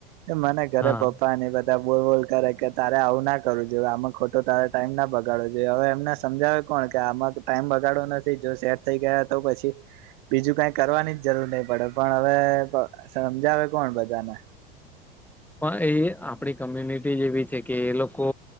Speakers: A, on the right (about 55°); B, in the centre.
A: તો મને ઘરે
B: હા.
A: પપ્પા ને એ બધા બોલ બોલ કરે કે તારે આવું ના કરું જોઈ આમાં ખોટો તારેા ટાઈમ ના બગાડો જોઈએ હવે એમને સમજાવે કોણ કે આમાં ટાઈમ બગાડો નથી જો સેટ થઈ ગયા તો પછી બીજું કઈ કરવાની જ જરૂર નહી પડે પણ હવે સમજાવે કોણ બધાને
B: પણ એ આપણી કોમ્યુનિટી જેવી છે કે એ લોકો